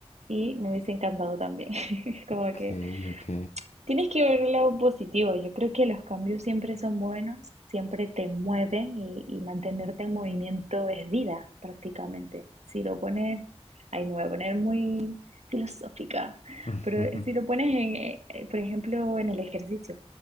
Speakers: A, on the right; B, on the left.
A: y me hubiese encantado también. <laughs> Como
B: ok,
A: que
B: ok.
A: Tienes que ver lo positivo. Yo creo que los cambios siempre son buenos, siempre te mueven y, y mantenerte en movimiento es vida, prácticamente. Si lo pones, ahí me voy a poner muy filosófica,
B: <laughs>
A: pero
B: Ujú.
A: si lo pones, en, eh, eh, por ejemplo, en el ejercicio,